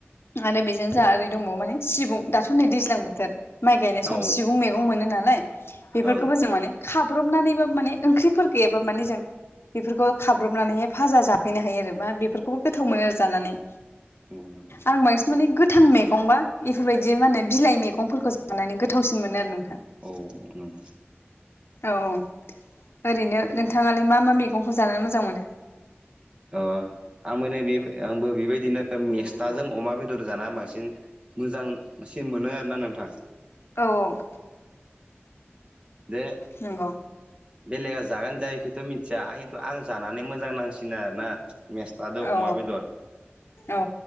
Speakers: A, on the left; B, on the right.
A: आरो बेजों जा ओरै दंबावो माने सिबुं दाथ' नै दैज्लां बोथोर माइ गायनाय सम
B: औ
A: सिबु बु मैगं मोनो नालाय बेफोरखौबो
B: ओं
A: जों माने खाब्रबनानैबो माने ओंख्रिफोर गैयाबाबो माने जों बेफोरखौ खाब्रबनानैहाय फाजा जाफैनो हायो आरो मा बेफोरखौबो गोथाव मोनो आरो जानानै
B: नंगौ नामा
A: आं बांसिन माने गोथां मैगंबा बेफोरबायदि मानो बिलाइ मैगंफोरखौ नानै गोथावसिन मोनो आरो नोंथां
B: औ नंगौ
A: औ औ ओरैनो नोंथाङालाय मा मा मैगंखौ जानानै मोजां मोनो
B: अ आंबो बे आंबो बेबायदिनो मेस्थाजों अमा बेदर जाना बांसिन मोजांसिन मोनो आरोना नोंथां
A: औ औ
B: जे
A: नंगौ
B: बेलेगा जागोन जाया बेखौथ' मिथिया आंथ आं जानानै मोजां नांसिनो आरोना मेस्थादो
A: औ
B: अमा बेदर
A: औ